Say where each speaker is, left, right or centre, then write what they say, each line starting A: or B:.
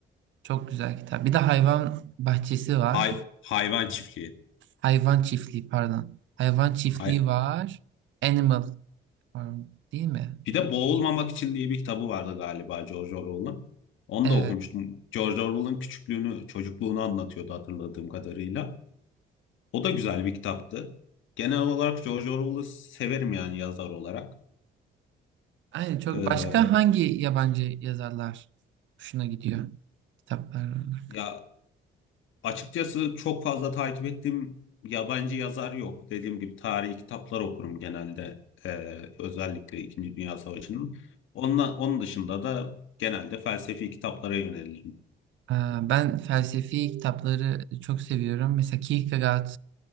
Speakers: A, on the right; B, on the left.
A: Çok güzel kitap. Bir de hayvan bahçesi var.
B: Hay- hayvan çiftliği.
A: Hayvan çiftliği pardon. Hayvan çiftliği
B: Hay-
A: var. Animal Farm değil mi?
B: bir de Boğulmamak için diye bir kitabı vardı galiba George Orwell'ın. Onu
A: Evet.
B: da okumuştum. George Orwell'ın küçüklüğünü, çocukluğunu anlatıyordu hatırladığım kadarıyla. O da güzel bir kitaptı. Genel olarak George Orwell'ı severim yani yazar olarak.
A: Aynen çok
B: Ee,
A: başka hangi yabancı yazarlar hoşuna gidiyor kitaplar olarak?
B: ya açıkçası çok fazla takip ettiğim yabancı yazar yok. Dediğim gibi tarihi kitaplar okurum genelde. Ee, özellikle İkinci Dünya Savaşı'nın. Ondan, onun dışında da genelde felsefi kitaplara yönelirim.
A: Aa, Ben felsefi kitapları çok seviyorum. Mesela Kierkegaard